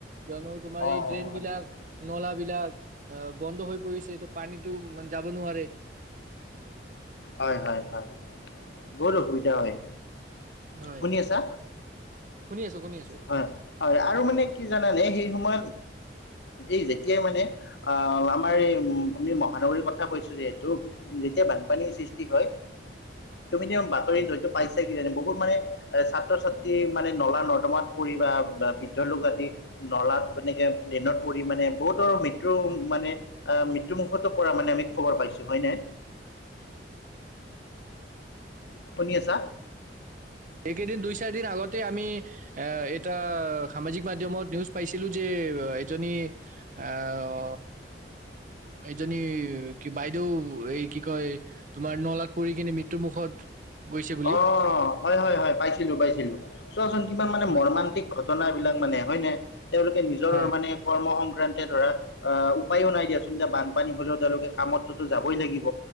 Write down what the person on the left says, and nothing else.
অ
হয়, হয়, হয়, বহুত অসুবিধা হয়,
শুনি আছা?
হয় হয় আৰু মানে কি জানানে সেই সময়ত এই যেতিয়াই মানে, আ আমাৰ এই আমি মহানগৰীৰ কথা কৈছো যিহেতু, যেতিয়া বানপানীৰ সৃষ্টি হয় তুমিতো এই বাতৰিত হয়তো পাইছা কিজানি বহুত মানে, এ ছাত্ৰ ছাত্ৰী মানে নলা নৰ্দমাত পৰি বা বা বৃদ্ধ লোক আদি। নলাত এনেকে ড্ৰেইনত পৰি মানে বহুতৰ মৃত্যু মানে, অ মৃত্যু মুুখতো পৰা মানে আমি খবৰ পাইছো, হয় নে?
শুনি আছা?
অ হয় হয় হয় পাইছিলো পাইছিলো। চোৱাচোন কিমান মানে
মৰ্মান্তিক। ঘটনাবিলাক মানে হয় নে? তেওঁলোকে নিজৰ
মানে কৰ্ম সংক্ৰান্তে ধৰা, আহ উপায়ো নাই দিয়াচোন এতিয়া বানপানী হলেও তেওঁলোকে কামততো যাবই লাগিব।